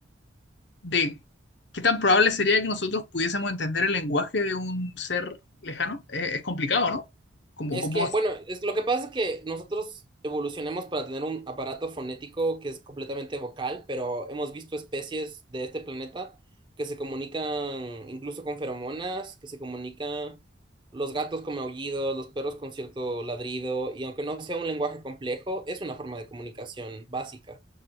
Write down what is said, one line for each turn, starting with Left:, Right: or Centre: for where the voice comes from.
Left: de qué tan probable sería que nosotros pudiésemos entender el lenguaje de un ser lejano? Eh, es complicado, ¿no? Como,
Right: Es
Left: como,
Right: que, bueno, es, lo que pasa es que nosotros evolucionamos para tener un aparato fonético que es completamente vocal, pero hemos visto especies de este planeta que se comunican incluso con feromonas, que se comunican los gatos con maullidos, los perros con cierto ladrido, y aunque no sea un lenguaje complejo, es una forma de comunicación básica.